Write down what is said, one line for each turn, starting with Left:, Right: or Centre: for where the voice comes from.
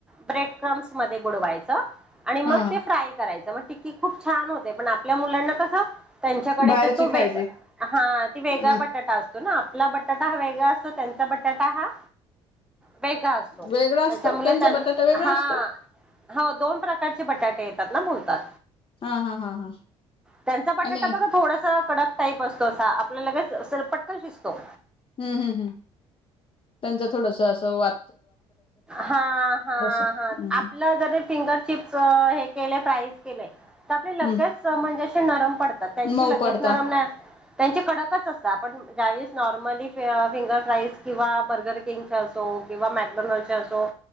Centre: ब्रेड क्रम्स मध्ये बुडवायचं आणि मग
Left: हा हा
Centre: ते फ्राय करायचं मग टिक्की खूप छान होते पण आपल्या मुलांना कसं त्यांच्याकडे
Left: बाहेरची
Centre: ते तो
Left: खायची
Centre: वेग हा ते वेगळा
Left: ह
Centre: बटाटा असतो ना आपला बटा बटाटा हा वेगळा असतो त्यांचा बटाटा हा वेगळा असतो
Left: वेगळा असतो
Centre: त्याच्यामुळे
Left: त्यांचा
Centre: त्यां
Left: बटाटा वेगळा
Centre: हा
Left: असतो
Centre: हो दोन प्रकारचे बटाटे येतात ना बोलतात.
Left: हा हा हा हा
Centre: त्यांचा बटाटा
Left: आणि
Centre: बघा थोडस- कडक टाईप असतो असा आपला लगेच स पटक शिजतो.
Left: हम्म हम् हम् त्यांच थोडस असं वा
Centre: हा हा
Left: हम्म
Centre: हा आपलं जरी फिंगर चिप्स हे केले प्राईज केलंय. आपले लगेच
Left: हम्
Centre: म्हणजेे अशी नरम पडतात त्यांची
Left: मऊ
Centre: लगेच
Left: पडता
Centre: नरम नाही त्यांची कडकच अस आपण ज्यावेळेस नॉर्मली फ फिंगर फ्राईज किंवा बर्गर किंगच्या असो किंवा मॅकडोनलचे असो